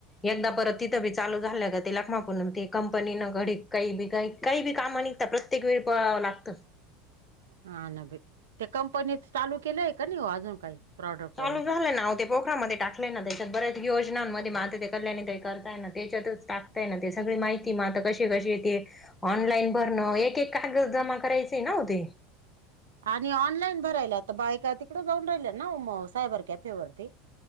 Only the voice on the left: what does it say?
एकदा परत तिथं बी चालू झालय ग तिला कमाकून त कंपनी न घडीत काही बी काही. काही बी कामं निघता प्रत्येक वेळी पळावं लागतं.
चालू
झालय ना ऑफिस कोकणामध्ये टाकले ना, त्याच्यात बऱ्याच योजनांमध्ये मग त्या कल्याणी ताई करताय ना त्याच्यातच टाक- ना ते सगळी माहिती मग आता कसे कसे ते ऑनलाईन भरणं एक, एक कागद जमा करायचंय ना ते